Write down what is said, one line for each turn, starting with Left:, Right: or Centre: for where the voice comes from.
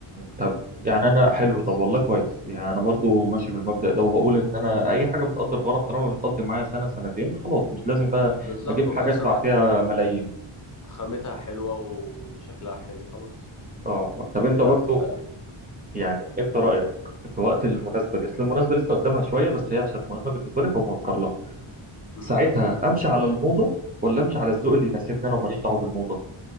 Right: طب يعني انا حلو طب والله كويس يعني انا برضو ماشي بالمبدأ ده وبقول ان انا اي حاجه بتقضي الغرض طالما بتقضي معايا سنه سنتين خلاص مش لازم بقى
Left: بالظبط
Right: اجيب
Left: وفي
Right: حاجه
Left: نفس
Right: ادفع
Left: الوقت
Right: فيها
Left: آه،
Right: ملايين
Left: خامتها حلوة وشكلها حلو خلاص
Right: اه طب انت
Left: ليه لا
Right: برضو
Left: فاهم
Right: يعني انت رايك في وقت المناسبه دي اصل المناسبه لسه قدامها شويه بس هي عشان مهمه بالنسبه لي فبفكر لها
Left: مم.
Right: ساعتها امشي على الموضه ولا امشي على الذوق اللي يناسبني انا وماليش دعوه بالموضه